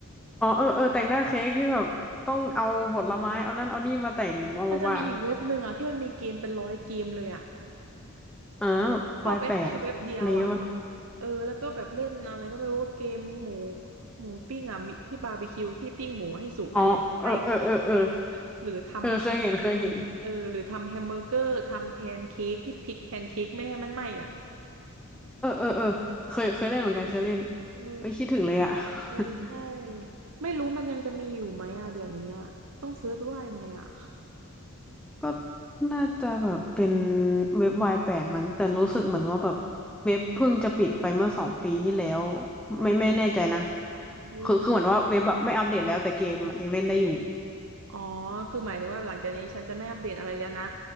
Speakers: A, in the centre; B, on the right (about 65°).
A: อ๋อเออเออแต่งหน้าเค้กที่แบบต้องเอาผลไม้เอานั่นเอานี่มาแต่งมามาวาง
B: มันจะมีอีกเว็บหนึ่งอ่ะที่มันมีเกมเป็นร้อยเกมเลยอ่ะ
A: เออแบบวายแปดอะไรเงี้ยป่ะ
B: เข้าไปแค่เว็บเดียวอ่ะเออแล้วก็แบบเล่นอะไรก็ไม่รู้เกมหมูหมูปิ้งอ่ะมีที่บาร์บีคิวที่ปิ้งหมูให้สุกอ่ะอยากให้เกินอ่ะ
A: อ๋อเออเออเออเออ
B: หรือทำ
A: เออเคยเห็นเคยเห็น
B: เออหรือทำแฮมเบอร์เกอร์ทำแพนเค้กที่พลิกแพนเค้กไม่ให้มันไหม้อ่ะ
A: เออเออเออเคยเคยเล่นเหมือนกันเคยเล่น
B: เออ
A: เอ้ยคิดถึงเลยอะ
B: เออใช่
A: <laughs>
B: ไม่รู้มันยังจะมีอยู่ไหมอ่ะเดี๋ยวนี้อ่ะต้องเซิร์ชว่ายังไงอ่ะ
A: ก็น่าจะแบบเป็นเว็บวายแปดมั้งแต่รู้สึกเหมือนว่าแบบเว็บเพิ่งจะปิดไปเมื่อสองปีที่แล้ว
B: ไว้ย
A: ไม่ไม่แน่ใจนะ
B: วิ
A: คือคือเหมือนว่าเว็บแบบไม่อัปเดตแล้วแต่เกมอยังเล่นได้อยู่
B: อ๋อคือหมายถึงว่าหลังจากนี้ฉันจะไม่อัปเดตอะไรแล้วนะ